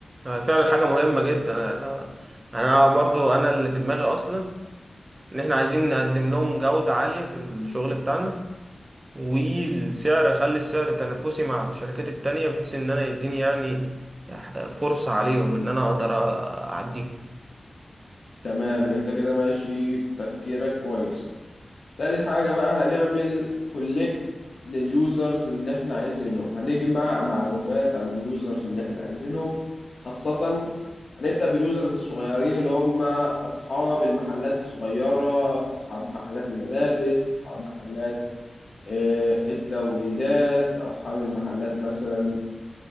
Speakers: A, on the right; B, on the left.
A: آه، فعلا حاجه مهمه جدا انا أنا برضو انا اللي في دماغي اصلا ان احنا عايزين نقدم لهم جوده عاليه في الشغل بتاعنا والسعر اخلي السعر تنافسي مع الشركات التانية بحيث ان انا يديني يعني آه، فرصه عليهم ان انا اقدر اعديهم
B: تمام انت كده ماشي تفكيرك كويس تالت حاجة بقى هنعمل كولكت لليوزرز اللي احنا عايزينهم هنجمع معلومات عن اليوزرز اللي احنا عايزينهم خاصة هنبدأ باليوزرز الصغيرين اللي هم أصحاب المحلات الصغيرة أصحاب محلات الملابس أصحاب محلات آه، التوريدات أصحاب المحلات مثلا